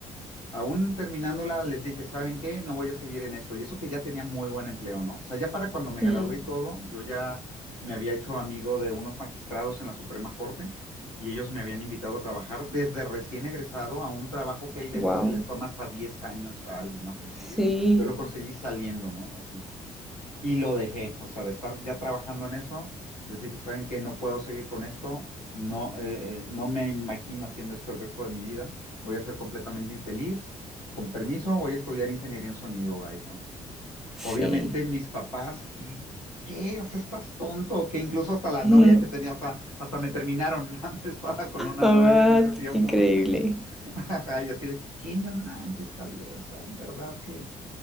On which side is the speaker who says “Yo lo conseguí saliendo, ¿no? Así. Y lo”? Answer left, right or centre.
Left